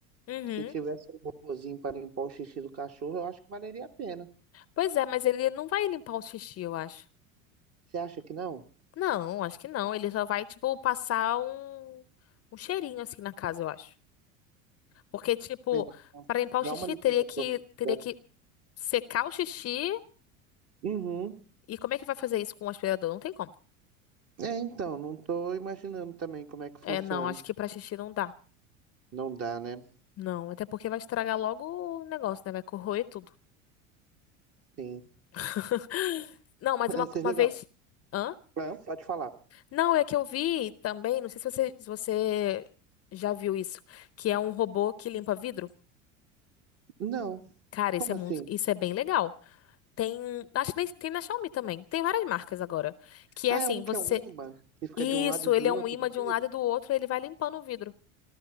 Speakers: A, on the left (about 35°); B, on the right (about 35°).
A: Uhum.
B: que se tivesse um robôzinho para limpar o xixi do cachorro, eu acho que valeria a pena.
A: Pois é, mas ele não vai limpar o xixi, eu acho.
B: Você acha que não?
A: Não, acho que não. Ele só vai, tipo, passar um, um cheirinho assim na casa, eu acho. Porque, tipo,
B: É, então,
A: para limpar
B: dá
A: o xixi,
B: uma limpeza
A: teria que,
B: profunda.
A: teria que
B: né?
A: secar o xixi.
B: Uhum.
A: E como é que vai fazer isso com o aspirador? Não tem como.
B: É, então, não tô imaginando também como é que funciona.
A: É, não, acho que pra xixi não dá.
B: Não dá, né?
A: Não, até porque vai estragar logo o negócio, né? Vai corroer tudo.
B: Sim.
A: <laughs> Não, mas
B: <laughs>
A: uma,
B: Você
A: uma
B: geral.
A: vez. Hã?
B: Ah, pode falar.
A: Não, é que eu vi também, não sei se você, se você já viu isso, que é um robô que limpa vidro.
B: Não.
A: Cara, isso
B: Como
A: é
B: assim?
A: muito, isso é bem legal. Tem, acho que nem- tem na Xiaomi também. Tem várias marcas agora. Que
B: Ah,
A: é assim,
B: é um que
A: você
B: é um ímã que fica
A: Isso,
B: de um lado e de
A: ele
B: outro
A: é um ímã
B: do
A: de
B: vidro?
A: um lado e do outro, e ele vai limpando o vidro.